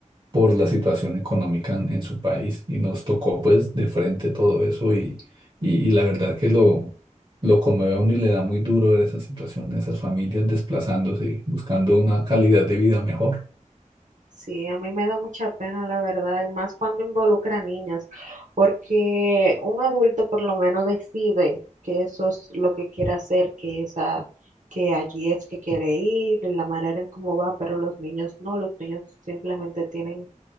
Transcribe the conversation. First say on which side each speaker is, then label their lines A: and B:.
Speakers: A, on the right; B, on the right.
A: por la situación económica en, en su país y nos tocó pues de frente todo eso y, y, y la verdad que lo, lo conmueve a uno y le da muy duro ver esa situación, esas familias desplazándose y buscando una calidad de vida mejor.
B: Sí, a mí me da mucha pena, la verdad, y más cuando involucra a niñas, porque un adulto por lo menos decide que eso es lo que quiere hacer, que esa, que allí es que quiere ir, de la manera en cómo va, pero los niños no, los niños simplemente tienen